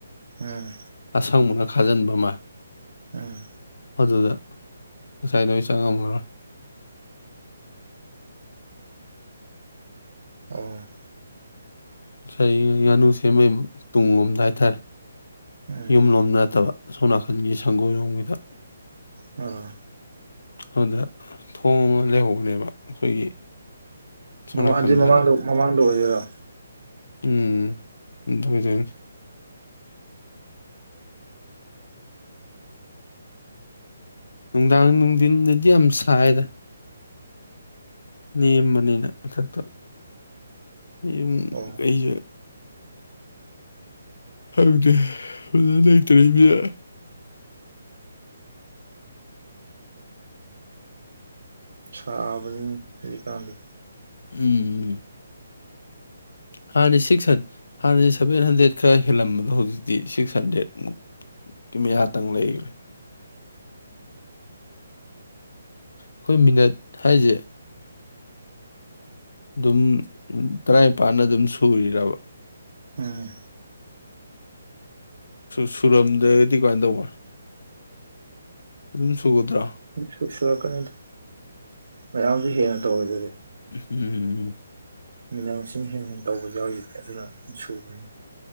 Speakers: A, on the right (about 65°); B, on the left (about 75°).
A: ꯎꯝ
B: ꯑꯁꯪꯕꯅ ꯈꯥꯖꯟꯕ ꯃꯥ
A: ꯎꯝ
B: ꯑꯗꯨꯗ ꯉꯁꯥꯏ ꯅꯣꯏ ꯆꯪꯉꯝꯃꯔꯣꯏ
A: ꯑꯣ
B: ꯉꯁꯥꯏ ꯉꯥꯅꯨ ꯁꯦꯝꯕꯩ ꯇꯨꯡꯂꯣꯝꯗ ꯍꯥꯏꯇꯥꯔꯦ
A: ꯎꯝ
B: ꯌꯨꯝꯂꯣꯝꯗ ꯅꯠꯇꯕ ꯁꯣꯅꯥꯀꯟꯒꯤ ꯁꯪꯒꯣꯏꯔꯣꯝꯒꯤꯗ
A: ꯑꯣ
B: ꯑꯗꯨꯗ ꯊꯣꯡꯉ ꯂꯩꯍꯧꯕꯅꯦꯕ ꯑꯩꯈꯣꯏꯒꯤ ꯁꯣꯝ
A: ꯃꯃꯥꯡꯁꯤ
B: ꯅꯥꯀꯟꯗ
A: ꯃꯃꯥꯡꯗ ꯃꯃꯥꯡꯗ ꯑꯣꯏꯒꯣꯏꯔꯥ
B: ꯎꯝ ꯑꯗꯨꯖ ꯅꯨꯡꯗꯥꯡ ꯅꯨꯡꯊꯤꯟꯗꯗꯤ ꯌꯥꯝ ꯁꯥꯏꯔ ꯅꯦꯝꯕꯅꯤꯅ ꯃꯊꯛꯇ ꯌꯨꯝ
A: ꯑꯣ
B: ꯀꯩꯁꯨꯦ ꯍꯧꯪꯗꯦ ꯐꯖꯅ ꯂꯩꯇ꯭ꯔꯦ ꯏꯕ
A: ꯆꯥꯕꯅꯤ ꯁ꯭ꯔꯤ ꯀꯀꯥꯟꯗꯤ
B: ꯎꯝ ꯍꯥꯟꯅ ꯁꯤꯛꯁ ꯍꯥꯟꯅꯗꯤ ꯁꯚꯦꯟ ꯍꯟꯗ꯭ꯔꯦꯠ ꯈꯔ ꯍꯦꯜꯂꯝꯕꯗꯣ ꯍꯧꯖꯤꯛꯇꯤ ꯁꯤꯛꯁ ꯍꯟꯗ꯭ꯔꯦꯠꯨꯛ ꯀꯃꯤꯍꯥꯛꯇꯪ ꯂꯩꯈ꯭ꯔꯦ ꯑꯩꯈꯣꯏ ꯃꯤꯅꯠ ꯍꯥꯏꯁꯦ ꯑꯗꯨꯝ ꯇꯔꯥꯅꯤꯄꯥꯥꯟꯅ ꯑꯗꯨꯝ ꯁꯨꯔꯕ
A: ꯎꯝ
B: ꯁꯨꯔꯝꯗ꯭ꯔꯒꯗꯤ ꯀꯃꯥꯏꯅ ꯇꯧꯕ ꯑꯗꯨꯝ ꯁꯨꯒꯗ꯭ꯔꯣ
A: ꯁꯨ ꯁꯨꯔꯛꯀꯅꯤꯗ ꯃꯌꯥꯝꯁꯨ ꯍꯦꯟꯅ ꯇꯧꯔꯗꯔꯤ
B: ꯎꯝ
A: ꯃꯤꯅꯥ ꯃꯁꯤꯡ ꯍꯦ ꯍꯟꯅ ꯇꯧꯕ ꯌꯥꯎꯈꯤꯗꯦ ꯑꯗꯨꯅ ꯁꯨꯕꯅꯤ